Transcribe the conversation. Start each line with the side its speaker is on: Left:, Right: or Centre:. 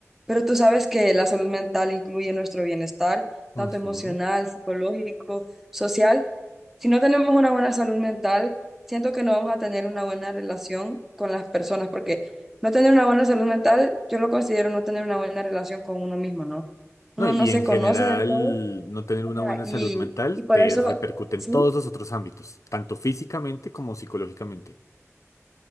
Centre: Pero tú sabes que la salud mental incluye nuestro bienestar, tanto
Left: Ujú.
Centre: emocional, psicológico, social. Si no tenemos una buena salud mental, siento que no vamos a tener una buena relación con las personas, porque no tener una buena salud mental, yo lo considero no tener una buena relación con uno mismo, ¿no? uno
Left: No, y
Centre: no se
Left: en
Centre: conoce
Left: general,
Centre: del todo,
Left: no tener
Centre: ajá,
Left: una buena
Centre: y,
Left: salud mental
Centre: y por
Left: te
Centre: eso,
Left: repercute en
Centre: sí,
Left: todos los otros ámbitos, tanto físicamente como psicológicamente.